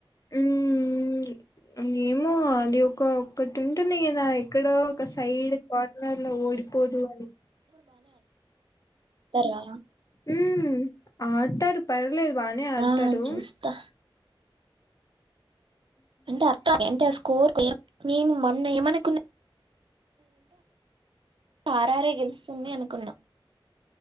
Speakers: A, on the left (about 40°); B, on the right (about 65°).
A: హ్మ్మ్ ఏమో అది ఒ ఒక్కటి ఉంటుంది కదా ఎక్కడో ఒక సైడ్ కార్నర్ లో ఓడిపోదు అని
B: తరా
A: హ్మ్ ఆడతారు ప లేదు బానే ఆడతాడు.
B: ఆ చూస్తా అంటే అర్ అంటే ఆ స్కోర్ కి ఎలా నేను మొన్న ఏమనుకున్నా ఆర్ ఆరే గెలుస్తుంది అనుకున్నా.